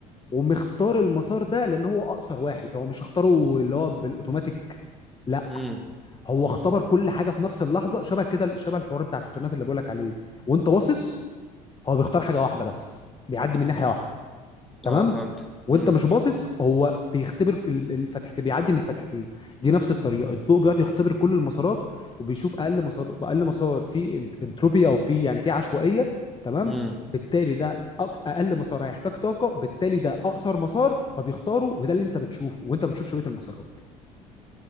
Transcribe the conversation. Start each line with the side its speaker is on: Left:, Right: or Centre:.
Left: ومختار المسار ده لان هو اقصر واحد هو مش اختاره اللي هو بالاوتوماتيك لا
Centre: امم
Left: هو اختبر كل حاجه في نفس اللحظه شبه كده شبه الحوار بتاع الفوتونات اللي بقول لك عليه وانت باصص هو بيختار حاجه واحده بس بيعدي من ناحيه واحده تمام
Centre: اه فهمت
Left: وانت
Centre: امم
Left: مش باصص هو بيختبر ال- الفتحتين بيعدي من الفتحتين دي نفس الطريقه الضوء بيقعد يختبر كل المسارات وبيشوف اقل مسار اقل مسار فيه انت- انتروبي او فيه يعني فيه عشوائيه تمام
Centre: امم
Left: بالتالي ده أق- اقل مسار هيحتاج طاقه بالتالي ده اقصر مسار فبيختاره وده اللي انت بتشوفه وانت بتشوف شبيه المسارات